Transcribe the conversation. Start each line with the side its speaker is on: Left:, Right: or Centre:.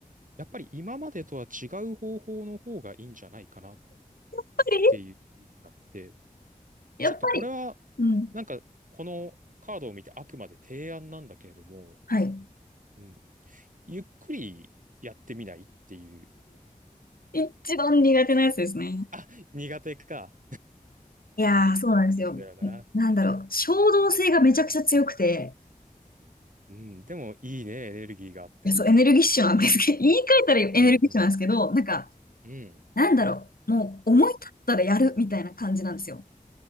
Right: やっぱり今までとは違う方法の方がいいんじゃないかなっ
Left: っぱり、
Right: ていうふうになって、
Left: やっぱり。
Right: ちょっとこれは、
Left: うん。
Right: なんかこのカードを見てあくまで提案なんだけれども、
Left: はい。
Right: うん、ゆっくりやってみないっていう。
Left: 一番苦手なやつですね。
Right: <laughs> 苦手か。
Left: いやー、そうなんですよ。
Right: そうだよな。
Left: なんだろう。衝動性がめちゃくちゃ強くて、
Right: うん、でもいいね、エネルギーがあって。
Left: いや、そう、エネルギッシュなんですけど、<laughs> 言い換えたらエネルギッシュなんですけど、
Right: うん、
Left: なんか、
Right: うん、う
Left: なんだろう、もう思い立ったらやるみたいな感じなんですよ。